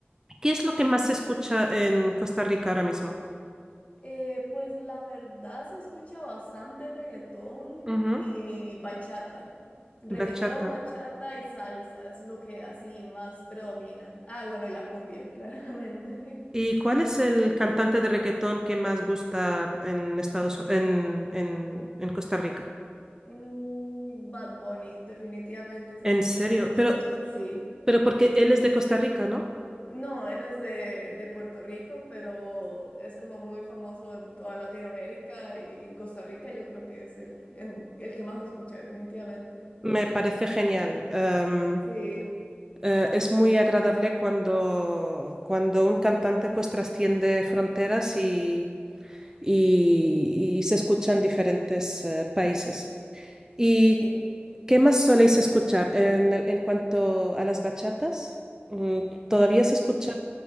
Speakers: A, on the right (about 15°); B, on the left (about 35°).
A: qué es lo que más se escucha en Costa Rica ahora mismo?
B: Eh, pues la verdad se escucha bastante reggaetón
A: Ujú,
B: y bachata. Reggaetón,
A: Bachata.
B: bachata y salsa es lo que así más predomina. Ah, bueno, y la cumbia, <laughs> claramente.
A: ¿Y cuál es el cantante de reggaetón que más gusta en Estados en, en, en Costa Rica?
B: Mm, Bad Bunny, definitivamente es
A: En
B: así
A: serio,
B: el que más escuchan,
A: pero,
B: sí.
A: pero porque él es de Costa Rica, ¿no?
B: No, él es de, de Puerto Rico, pero es como muy famoso en toda Latinoamérica y en Costa Rica yo creo que es el, en- el que más se escucha definitivamente.
A: Me parece genial. Eh,
B: Sí,
A: es muy agradable cuando, cuando un cantante pues trasciende fronteras y, y- y se escucha en diferentes eh, países. ¿Y
B: sí,
A: qué más soléis escuchar? En, el- en cuanto a las bachatas, mm, ¿todavía
B: mm,
A: se escucha